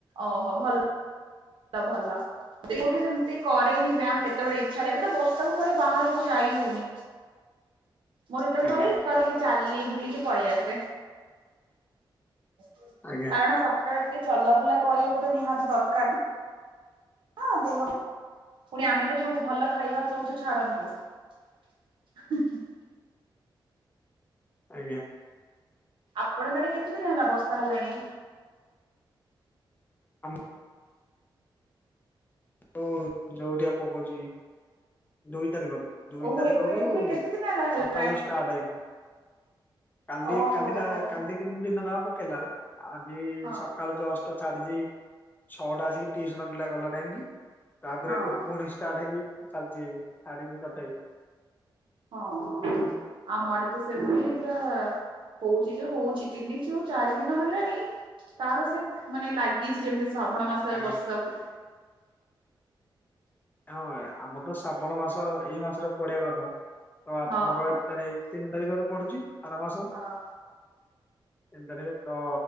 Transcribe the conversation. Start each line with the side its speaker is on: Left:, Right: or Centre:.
Right: ଓହୋ ଭଲ ଭଲ। ବି ସେମିତି କରେନି ବ୍ୟାୟାମ କେତେବେଳେ ଇଚ୍ଛା ହେଲେବି ତ ବର୍ଷା କୁ କୁଆଡେ ବାହାରକୁ ଯାଇ ହଉନି। ମୋର ଯେତେବେଳେ
Left: ଆଜ୍ଞା
Right: ହୁଏ <unintelligible> ଚାଲି ବୁଲିକି ପଳେଇ ଆସେ। କାରଣ
Left: ଆଜ୍ଞା
Right: ସକାଳେ ଟିକେ ଚଲାବୁଲା କରିବା ବି ତ ନିହାତି ଦରକାର ନା। ହଁ ଦେହ <unintelligible> ପୁଣି ଆମେ ତ ଯୋଉ ଭଲ ଖାଇବା ଖାଉଛୁ ଛାଡନ୍ତୁ। <unintelligible>
Left: ଆଜ୍ଞା।
Right: ଆପଣଙ୍କ ଆଡେ କେତେ ଦିନ ହେଲା ବର୍ଷା ହେଲାଣି?
Left: ଆମ ହୋ ଯୋଉଠି ଆପକଉଛି ଦୁଇ ତାରିଖଠୁ। ଦୁଇ
Right: ଓହୋ
Left: ତାରିଖରୁ
Right: ଏବେ ଏବେ କେତେ ଦିନ ହେଲା ହେଲାଣି
Left: ସକାଳୁ ଷ୍ଟାର୍ଟ ହେଇକି। କାଲି
Right: ଓହୋ
Left: କାଲିରା
Right: ହୋ
Left: କାଲି। <unintelligible> ଦିନ ନା ପକେଇଲା ଆଜି
Right: ହଁ
Left: ସକାଳୁ ଯଷ୍ଟ। ଟ ଛାଡିଛି ଛଅଟା ଆସିକି ଟିୟୁସନ ପିଲା ଗଲା ନେଇ କି। ତାପରେ
Right: ହଁ।
Left: ଏବେ ପୁଣି ଷ୍ଟାର୍ଟ ହେଇକି ଚାଲିଛି ଏବେ ଛାଡିନି ତଥାବି।
Right: ହଁ ଆମଆଡେ ତ ସେମିତି ପୁରା ହଉଛି ଯେ ହଉଛି ତିନି ଚଉ ଚାରି ଦିନ ହେଲାଣି ତାର ସେ ମାନେ ଲାଗିଛି ଯେମିତି ଶ୍ରାବଣ ମାସରେ
Left: ଆଜ୍ଞା
Right: ବର୍ଷା ହୁଏ।
Left: ହଁ ଆମର ତ ଶ୍ରାବଣ ମାସ ଏଇ ମାସରେ ପଡିଵା କଥା ତ ଆଥରକ
Right: ହଁ।
Left: ଏକ୍ ତାରିକି ତିନି ତାରିଖରେ ପଡୁଛି ଆର ମାସ
Right: ହଁ
Left: ତିନି ତାରିଖରେ ତ